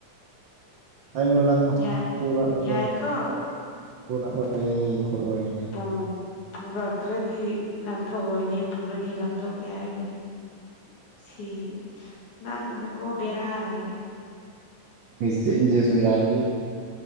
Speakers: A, on the right; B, on the left.
A: ꯂꯪꯉꯣ ꯂꯪꯉꯣ
B: ꯌꯥ
A: ꯄꯨꯔ ꯑꯔꯣꯏ
B: ꯌꯥꯏꯀꯣ
A: ꯄꯨꯔꯛꯑꯣꯏꯌꯦ ꯐꯨꯔꯣꯏꯌꯦ
B: ꯑ ꯄꯨꯔꯛꯇ꯭ꯔꯗꯤ ꯂꯪꯊꯣꯛꯔꯣꯏꯅꯦ ꯄꯨꯔꯗꯤ ꯂꯪꯊꯣꯛꯀꯦ ꯍꯥꯏꯕꯅꯤ ꯁꯦ ꯅꯪ ꯅꯀꯣꯛ ꯕꯦꯔꯥ ꯂꯩꯔꯦ
A: ꯆꯦꯟꯖꯦꯁꯨ ꯌꯥꯏꯍꯦ